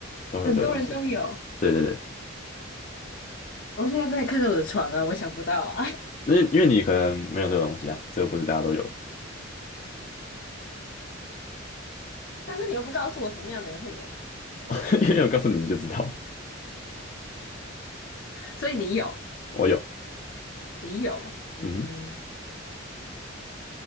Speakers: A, on the left (about 35°); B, on the left (about 70°).
A: 都会有这个东西。
B: 很多人都有。
A: 对对对，
B: 我现在在看着我的床啊，我想不到啊。<laughs>
A: 那因为你可能没有这个东西啊，这个不是大家都有的
B: 但是你又不告诉我什么样的人会有，
A: <laughs> 因为我告诉你，你就知道了。
B: 所以你有，
A: 我有，
B: 你有，嗯，
A: 嗯哼